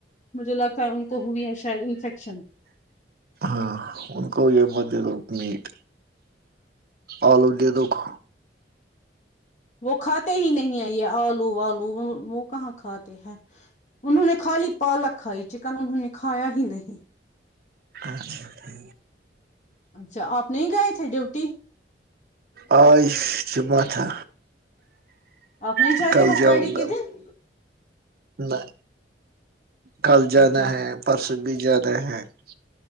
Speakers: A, on the left; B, on the right.
A: مجھے لگتا ہے ان کو ہوئی ہے شاید انفیکشن
B: ہاں ان کو یہ مت دے د میٹ آلو دے دکھ
A: وہ کھاتے ہی نہیں آئیے آلو آلو وہ کہاں کھاتے ہیں انہوں نے خالی پالک ہائی چکن ان کھایا ہی نہیں
B: اچھا ٹھ
A: اچھا آپ نہیں گائے تھے ڈیوٹی
B: عائش سے ماتا
A: آپ نہیں
B: <unintelligible>
A: جاتے
B: کل
A: ہو
B: جاؤں
A: فرائیڈے کے
B: گا
A: دن
B: نہیں کل جانا
A: اچھا
B: ہے پرسوں س بھی زیادہ ہیں <unintelligible>